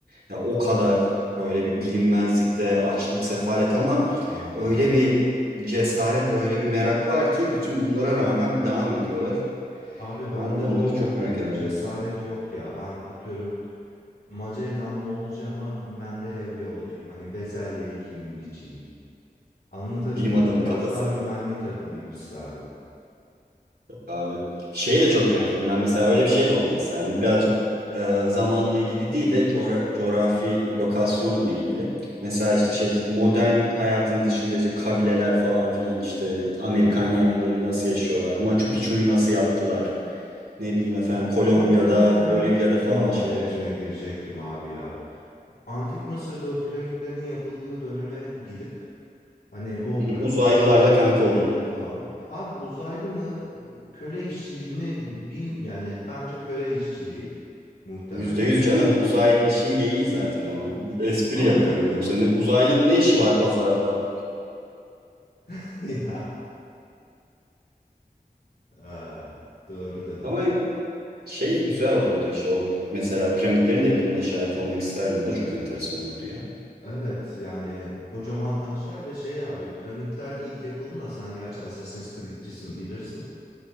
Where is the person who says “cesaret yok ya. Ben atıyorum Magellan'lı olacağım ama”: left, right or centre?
Left